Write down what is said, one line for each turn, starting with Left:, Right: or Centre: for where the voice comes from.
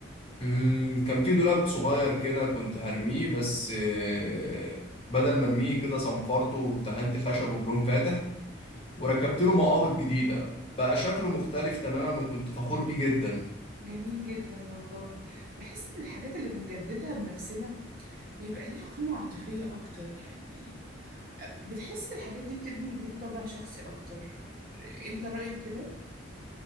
Left: مم، كان في دولاب صغير كده كنت هرميه بس آه، بدل ما ارميه كده صنفرته ودهنت خشبه بلون فاتح وركبت له مقابض جديدة
Right: اه
Left: بقى شكله مختلف تماما وكنت فخور بيه جدا
Right: جميل جدا والله بحس ان الحاجات اللي بنجددها بنفسنا بيبقى ليها قيمة عاطفية اكتر يعني بتحس الحاجات دي بتدي البيت طابع شخصي اكتر انت رأيك كده